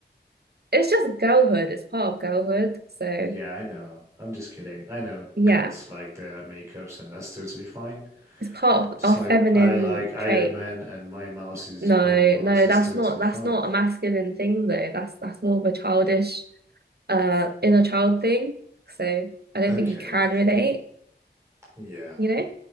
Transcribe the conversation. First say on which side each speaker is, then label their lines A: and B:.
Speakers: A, on the right; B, on the right.
A: it's just girlhood. It's part of girlhood. So
B: Yeah, I know. I'm just kidding. I know
A: yeah,
B: girls like their makeups, and that's totally fine.
A: it's part of
B: Just
A: our
B: like
A: feminine
B: I like Iron
A: trait.
B: Man, and my mouse is
A: No,
B: buying a mouse
A: no,
B: is
A: that's
B: totally
A: not that's
B: fine.
A: not a masculine thing though. That's that's more of a childish, uh, inner child thing. So I don't
B: Okay,
A: think you can relate,
B: yeah.
A: you know?